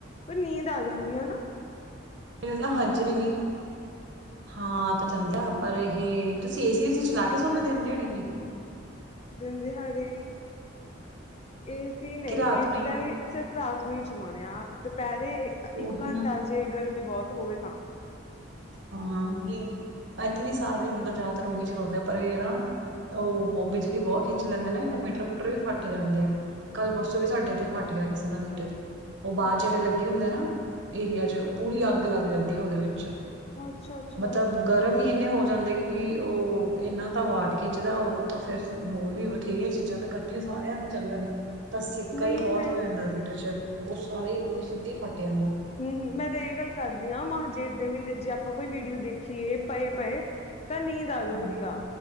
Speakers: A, on the left; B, on the right.
A: ਪਰ ਨੀਂਦ ਆ ਜਾਂਦੀ ਆ ਨਾ।
B: ਮੈਨੂੰ ਨਾ ਹੱਜ ਵੀ ਨੀ ਹਾਂ ਤਾਂ ਚੰਦੇ <unintelligible> ਆ ਪਰ ਇਹ ਤੁਸੀਂ ਏਸੀ ਉਸੀ ਚਲਾ ਕੇ ਸੋਹਨੂੰ ਦਿਨ ਦਿਹਾੜੇ ਵੀ <inaudible>
A: ਦਿੰਨ ਦਿਹਾੜੇ ਏ ਸੀ ਨਹੀਂ
B: ਕਿ ਰਾਤ
A: ਏ
B: ਨੂੰ
A: ਸੀ
B: ਹੀ
A: ਤਾਂ ਸਿਰਫ਼ ਰਾਤ ਨੂੰ ਹੀ ਚਲਾਉਣੇ ਆ ਦੁਪਹਿਰ
B: ਉਹੀ
A: ਇੱਕ ਘੰਟਾ
B: ਨਾ
A: ਜੇ ਗਰਮੀ ਬਹੁਤ ਹੋਵੇ ਤਾਂ
B: ਹਾਂ ਉਹੀ ਇੱਥੇ ਵੀ ਸਾਰੇ ਮਤਲਬ ਜ਼ਿਆਦਾਤਰ ਉਹੀ ਚਲਾਉਂਦੇ ਆ ਪਰ ਇਹ ਨਾ ਉਹ ਬਿਜਲੀ ਬਹੁਤ ਖਿੱਚ ਲੈਂਦੇ ਨਾ ਇਹਦੇ ਮੀਟਰ ਮੂਟਰ ਵੀ ਫੱਟ ਜਾਂਦੇ ਆ ਕੱਲ ਪਰਸੋਂ ਵੀ ਸਾਡੇ ਇੱਥੇ ਫਟ ਗਿਆ ਕਿਸੇ ਦਾ ਮੀਟਰ ਹੀ ਉਹ ਬਾਹਰ
A: ਅੱਛਾ।
B: ਜਿਹੜੇ ਲੱਗੇ ਹੁੰਦੇ ਨਾ ਏਰੀਆ ਚ ਪੂਰੀ ਅੱਗ ਲੱਗ ਜਾਂਦੀ ਹੈ ਉਹਦੇ ਵਿੱਚ।
A: ਅੱਛਾ-ਅੱਛਾ
B: ਮਤਲਬ
A: ਠੀਕ
B: ਗਰਮ
A: ਆ
B: ਹੀ ਇੰਨੇ ਹੋ ਜਾਂਦੇ ਕਿ ਕਿ ਉਹ ਇਹਨਾਂ ਤਾਂ ਵਾਟ ਖਿੱਚਦਾ ਉਹ ਤੋਂ ਫੇਰ ਹੋਰ ਵੀ ਬਥੇਰੀਆਂ ਚੀਜ਼ਾਂ ਤੇ ਇਕੱਠੇ ਸਾਰਿਆਂ ਦੇ ਚੱਲਣ ਤਾਂ ਸੇਕਾ
A: ਨਈ
B: ਹੀ ਬਹੁਤ
A: ਮੈਂ
B: ਹੋ ਜਾਂਦਾ ਮੀਟਰ ਚ ਉਹ ਸਾਰੇ ਉਹ ਵੀ ਸਿੱਧੇ ਫੱਟ ਜਾਂਦਾ।
A: ਹਮ ਮੈਂ ਤਾਂ ਇਹ ਗੱਲ ਕਰਦੀ ਹਾਂ ਮਹਜੇਠ ਦੇ ਮਹੀਨੇ ਜੇ ਆਪਾਂ ਕੋਈ ਵੀਡੀਓ ਦੇਖੀਏ ਪਏ ਪਏ ਤਾਂ ਨੀਂਦ ਆ ਜਾਂਦੀ
B: ਹਾਂ
A: ਆ